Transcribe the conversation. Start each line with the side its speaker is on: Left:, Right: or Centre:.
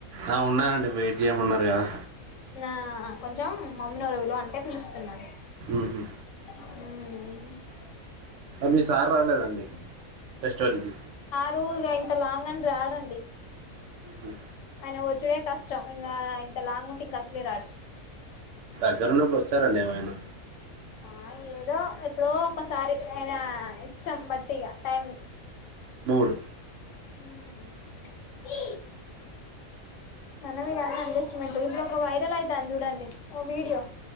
Right: ఆ ఉన్నానండి బయ్ జెమన్నారు కదా
Left: ఆ కొంచెం మమ్మి నెవరో పిలువమంటే పిలుస్తున్నాను
Right: మ్ హు
Left: హు
Right: మీ సార్ రాలేద అండి ఫెస్టివల్కి
Left: రు ఇగ ఇంత లాంగ్ అని రారండి
Right: మ్ హు
Left: ఆయన వచ్చుడే కష్టం ఇంగ ఇంత లాంగ్ ఉంటే ఇంగ అసలే రాడు
Right: దగ్గరున్నప్పుడు వచ్చార అండి ఏమైనా
Left: ఆ ఏదో ఎప్పుడో ఒకసారి అయినా ఇష్టం బట్టి ఇగ టైమ్
Right: మూడ్
Left: అ మనమగాన్ని అంది ఇష్ట ఇప్పుడు ఒక వైరల్ అవుతాను చూడండిఓ వీడియో